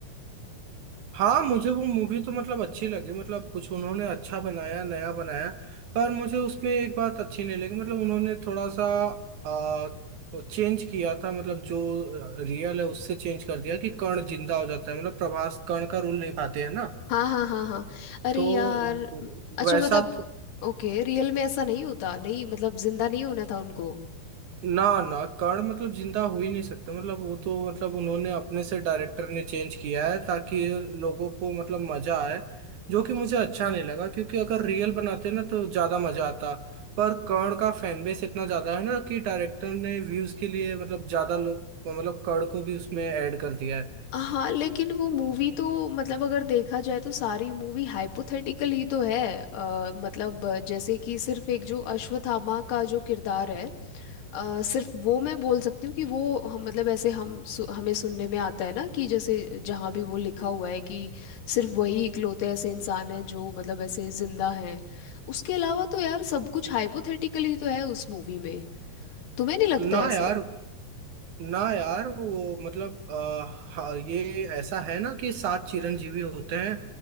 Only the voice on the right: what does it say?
हाँ मुझे वो मूवी तो मतलब अच्छी लगी मतलब कुछ उन्होंने अच्छा बनाया नया बनाया पर मुझे उसमें एक बात अच्छी नहीं लगी मतलब उन्होंने थोड़ा सा आ, चेंज किया था मतलब जो रियल है उससे चेंज कर दिया कि कर्ण जिंदा हो जाता है मतलब प्रभास कर्ण का रोल निभाते हैं ना
तो
वैसा
तो
ना ना कर्ण मतलब जिंदा हो ही नहीं सकते मतलब वो तो मतलब उन्होंने अपने से डायरेक्टर ने चेंज किया है ताकि लोगों को मतलब मजा आए जो कि मुझे अच्छा नहीं लगा क्योंकि अगर रियल बनाते ना तो ज्यादा मजा आता पर कर्ण का फैन बेस इतना ज्यादा है ना कि डायरेक्टर ने व्यूज के लिए मतलब ज्यादा लोग मतलब कर्ण को भी उसमें ऐड कर दिया है
ना
यार ना यार वो मतलब आ, हाँ, ये ऐसा है ना कि सात चिरंजीवी होते हैं